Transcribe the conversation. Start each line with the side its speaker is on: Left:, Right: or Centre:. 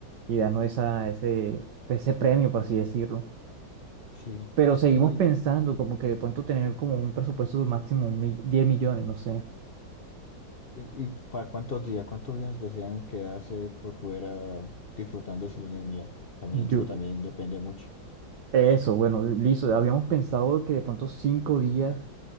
Right: y darnos esa, ese, ese premio, por así decirlo.
Left: Sí.
Right: Pero seguimos
Left: No, y,
Right: pensando como que de pronto tener como un presupuesto de máximo un mi- 10 millones, no sé.
Left: y- y para cuántos días? ¿Cuántos días desean quedarse por fuera disfrutando de su luna de miel? También
Right: Yo,
Left: eso también depende mucho.
Right: eso, bueno, listo. Habíamos pensado que de pronto cinco días